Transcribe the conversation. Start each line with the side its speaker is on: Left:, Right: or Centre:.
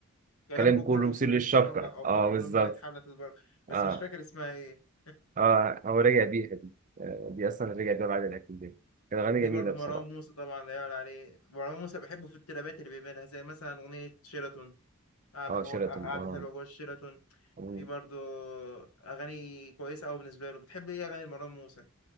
Left: كلامكم
Right: كلام كله
Left: كله مثير
Right: مثير
Left: للشفقه
Right: للشفقه
Left: او من-
Right: اه
Left: اول
Right: بالظبط
Left: ما جت حلت البر بس
Right: اه
Left: مش فاكر اسمها ايه
Right: اه هو رجع بيها دي آه دي اصلا
Left: <laughs>
Right: رجع بيها بعد الاعتداء كانت
Left: وفي
Right: اغاني جميله
Left: برضه
Right: بصراحه
Left: مروان موسى طبعا لا يعلى عليه مروان موسى بحبه في الترابات اللي بيعملها زي مثلا أغنية شيراتون قاعدة
Right: اه
Left: حو...
Right: شيراتون
Left: قاعدة
Right: اه
Left: حلوة جوه الشيراتون
Right: آه.
Left: في برضه أغاني كويسة أوي بالنسبة له بتحب إيه أغاني مروان موسى؟